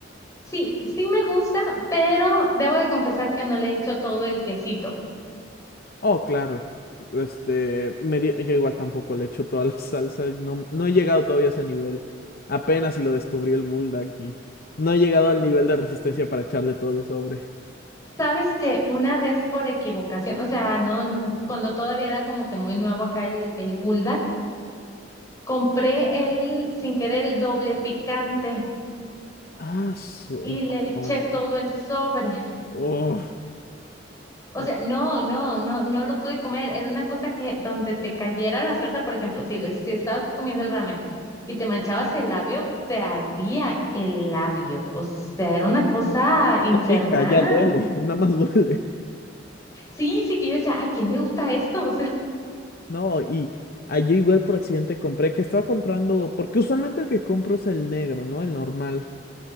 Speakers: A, on the left; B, on the left.
A: Sí, sí me gusta, pero debo de confesar que no le he hecho todo el quesito.
B: Oh, claro. Este, me di- yo igual tampoco le echo toda la <laughs> salsa. No, no he llegado todavía a ese nivel. Apenas si lo descubrí el Bulldog aquí. No he llegado al nivel de resistencia para echarle todo el sobre.
A: Sabes que una vez por equivocación, o sea, no, n- cuando todavía era como que muy nuevo acá el, el Bulldog, compré el, sin querer, el doble picante
B: Ah, su-
A: y le eché
B: no.
A: todo el sobre.
B: Uf,
A: O
B: no,
A: sea, no, no, no, no lo pude comer. Era una cosa que donde te cayera la salsa, por ejemplo, si, les, si estabas comiendo el ramen y te manchabas el labio, te ardía el labio. O sea, era una cosa infernal.
B: no pica, ya duele. <laughs> Nada más duele.
A: Sí, sí que yo decía, ¿a quién le gusta esto? <laughs> O sea,
B: No, y ah, yo igual por accidente compré, que estaba comprando, porque usualmente el que compro es el negro, ¿no? El normal.